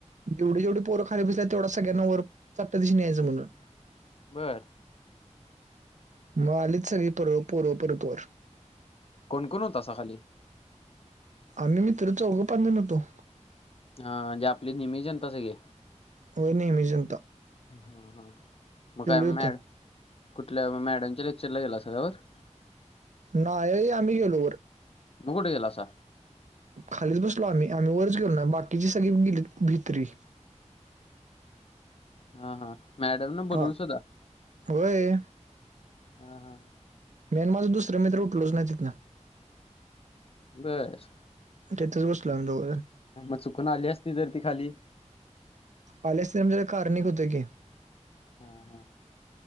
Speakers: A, on the right; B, on the left.
A: जेवढे जेवढ पोर खाली बसल्या तेवढा सगळ्यांना चट दिशी वर यायचं म्हणून-'
B: बरं
A: मग आलीच सगळी प पोर परत वर
B: कोणकोणत होतसा खाली?
A: आम्ही मित्र चौघं पाच जन होतो.
B: हा जे आपली नेहमी जनता सगळी
A: होनमेजनंत
B: हा हा मग काय
A: होतो
B: मॅ कुठल्या मॅडमच्या लेक्चरला गेला सळवर
A: नाही आम्ही गेलोवरर
B: मुघड गेला स
A: खालीच बसलो आम्ही आम्ही वरच गेलो ना बाकीची सगळी गेली भिततरी
B: हा हा मॅडम न बोलवून
A: हा
B: सुधा
A: होय
B: हा हा
A: मेन माझं दुसर मित्र उठलच नाही तिथं
B: बस
A: त्यातच गो सला जाबाल
B: मग चुकून आली असती तर ती खाली
A: आलेस म्हणजेला कार्णिक होत की
B: हा हा